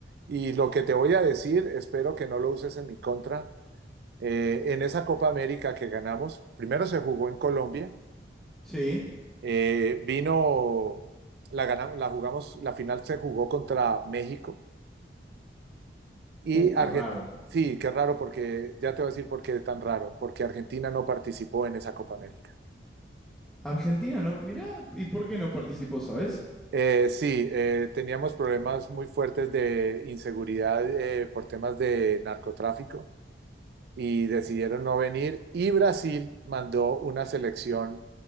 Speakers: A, on the right; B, in the centre.
A: Y lo que te voy a decir, espero que no lo uses en mi contra. eh, en esa Copa América que ganamos, primero se jugó en Colombia
B: Sí.
A: Eh, vino, la ganamos, la jugamos, la final se jugó contra México y
B: Uh,
A: Argentina.
B: qué raro.
A: Sí, qué raro porque, ya te voy a decir por qué es tan raro, porque Argentina no participó en esa Copa América.
B: Argentina no, mirá, ¿y por qué no participó, sabes?
A: Eh, sí, eh, teníamos problemas muy fuertes de inseguridad eh, por temas de narcotráfico y decidieron no venir y Brasil mandó una selección